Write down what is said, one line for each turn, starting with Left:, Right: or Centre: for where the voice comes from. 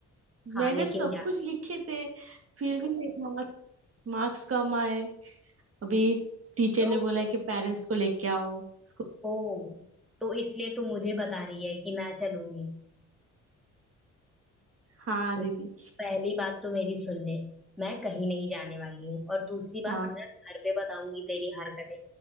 Centre: हाँ
Right: मैंने
Centre: लेकिन
Right: सब
Centre: क्या
Right: कुछ लिखे थे फिर भी मेरे मार्क्स मार्क्स कम आए अभी टीचर
Centre: तो
Right: ने बोला है कि पेरेंट्स को लेके आओ स्कूल
Centre: ओ तो इसलिए तू मुझे बता रही है कि मैं चलूंगी
Right: हाँ
Centre: देख,
Right: दीदी
Centre: पहली बात तो मेरी सुन ले मैं कहीं नहीं जाने वाली हूँ और दूसरी बात
Right: हाँ
Centre: मैं घर पे बताऊंगी तेरी हरकतें